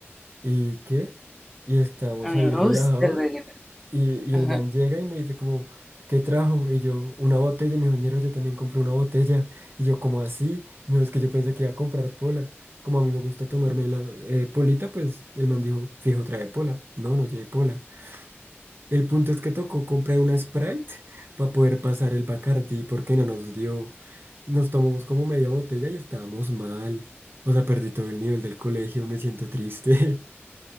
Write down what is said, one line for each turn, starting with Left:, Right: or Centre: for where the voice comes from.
Right: ¿Y qué? Y estábamos
Centre: a mí
Right: ahí
Centre: me
Right: relajados
Centre: gusta el vallenato.
Right: Y,
Centre: Ajá.
Right: y el man llega y me dice como, ¿qué trajo? Y yo, una botella. Y me dijo, ñero, yo también compré una botella. Y yo, como así? Me dijo, es que yo pensé que iba a comprar pola. Como a mí me gusta tomarme la eh, polita, pues el man dijo, fijo, trae pola. No, no lleve pola. El punto es que tocó comprar una Sprite <laughs> para poder pasar el Bacardi porque no nos dio. Nos tomamos como media botella y estábamos mal. O sea, perdí todo el nivel del colegio, me siento triste. <laughs>